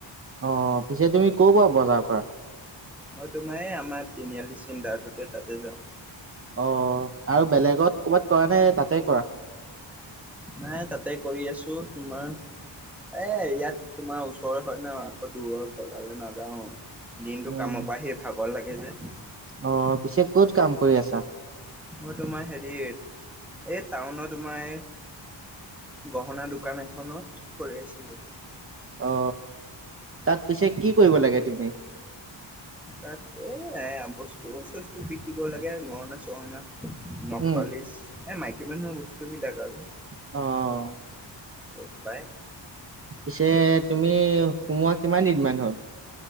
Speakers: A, on the right; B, in the centre.
A: অ পিছে তুমি ক পৰাোৱা বজাৰ কৰা
B: মই তোমাৰ আমাৰ তিনিআলি চিডাৰটোতে তাতে যাওঁ
A: অ আৰু বেলেগত ক'বাত কৰা নে তাতে কৰা
B: নাই তাতে কৰি আছো তোমাৰ এ ইয়াত তোমাৰ ওচৰ হয় ন আকৌ দূৰৰ বজাৰলৈ নাযাও দিনতটো
A: উম,
B: কামৰ পৰাহি ভাল খাগৰ লাগে যে
A: অ পিছে ক'ত কাম কৰি আছা
B: মই তোমাৰ হেৰি এই টাউন তোমাৰ এই গহনা দোকান এখনত কৰি আছিলো
A: অ তাত পিছে কি কৰিব লাগে তুমি
B: তা এ এ বস্তু চস্তু বিকিব লাগে গৰনাা চৰণা নপালিছ
A: উম,
B: এ মাইকী মানুহৰ বস্তুবিলাক আৰু
A: অ
B: চ পায়
A: পিছে তুমি সোমোৱা কিমান দিন মান হল